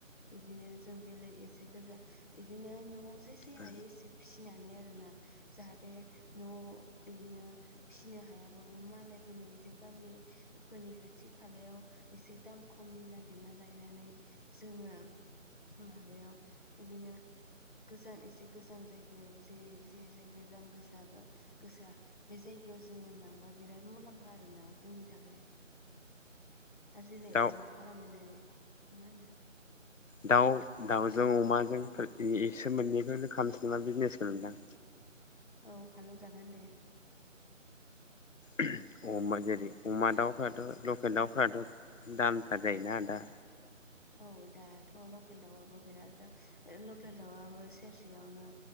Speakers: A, on the left; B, on the left.
A: इदिनो जों बेलेग एसे गोजा इदिनो न'आव जेसे
B: औ
A: हायो एसे फिसिनानै आरो ना जाहाथे न'आव बिदिनो फिनो हायाबाबो मालायफोरनि एसे गामि बेफोरनि खाथि खालायाव एसे दाम खमनि नागिरना लायनानै जोङो माबायाव बिदिनो गोजान एसे गोजान जायगायाव जे जे जायगायाव दाम गोसा दं गोसा बे जायगायाव जोङो लांबा बिराद मुलाम्फा आरोना। जोंनि थाखाय आरो जेरै
B: दाउ
A: अमा फाराम मोन दा‌ मा होनो
B: दाउ दाउजों अमाजों इसोर मोन्नैखौनो खामसै नामा बिजनेसखौ नोंथां?
A: औ खालामजागोन दे‌।
B: अ' होमबा जेरै अमा दाउफथ' लकेल दाउफथ' दामथार जायोना दा।
A: औ दाथ' लकेल दाउआबो बिराद लकेल दाउआआबो सेरसेयावनो